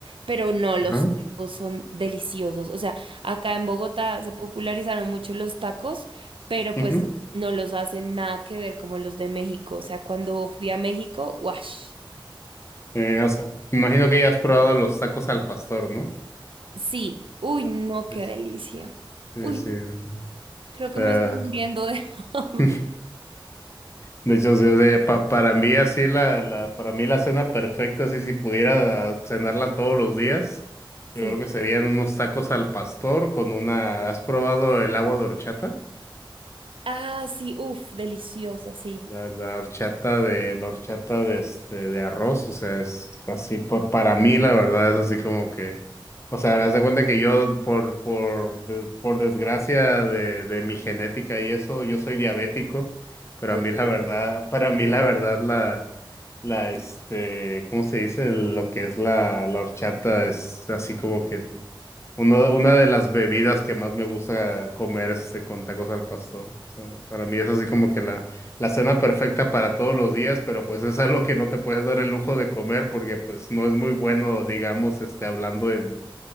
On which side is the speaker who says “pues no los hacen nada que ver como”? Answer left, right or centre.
Right